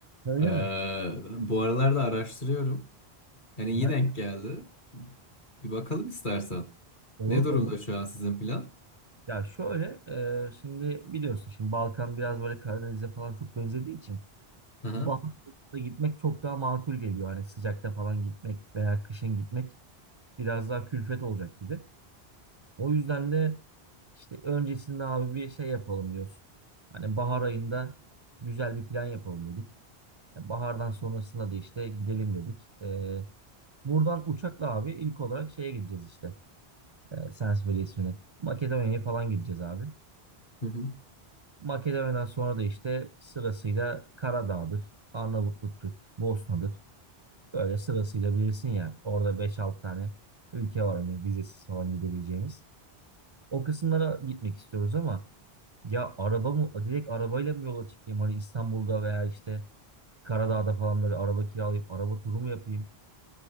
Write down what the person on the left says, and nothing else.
Ee,
bu aralar da araştırıyorum. Yani iyi
denk geldi. Bir bakalım istersen.
Ne durumda
şu an sizin plan?
Aha.
Hı hı.